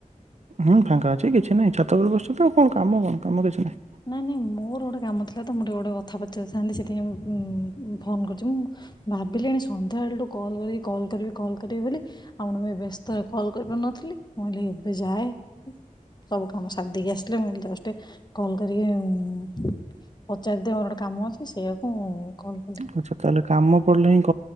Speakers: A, on the right; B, on the left.
A: ହଁ ଫାଙ୍କା ଅଛି କିଛି ନାହିଁ ଛାତ ଉପରେ ବସଚି ତ ଆଉ କଣ କାମ କଣ କାମ କିଛି ନାହିଁ।
B: ନାଇଁ ନାଇଁ ମୋର ଗୋଟେ କାମ ଥିଲା ତ ମୋତେ ଗୋଟେ କଥା ପଚାରିଥାନ୍ତି ସେଇଥିପାଇଁଁ ଉଁ-ଉଁ ଫୋନ୍ କରଚି ମୁଁ। ଭାବିଲିଣି ସନ୍ଧ୍ୟା ବେଳଠୁ କଲ୍ କରିକି କଲ୍ କରିବି କଲ୍ କରିବି ବୋଲି। ଆଉ <unintelligible> ବେସ୍ତରେ କଲ୍ କରି ପାରୁ ନଥିଲି ମୁଁ କହିଲି ଏବେ ଯାଏ। ସବୁ କାମ ସାର୍ ଦେଇକି ଆସିଲେ ମୁଁ ଏବେ ଜଷ୍ଟ ଟି କଲ୍ କରିକି ଉଁ ପଚାରିଦିଏ ମୋର ଗୋଟେ କାମ ଅଛି ସେଇଆକୁ କଲ୍ କଲି
A: ଆଛା ତାହେଲେ କାମ ପଡିଲେ ହିଁ କ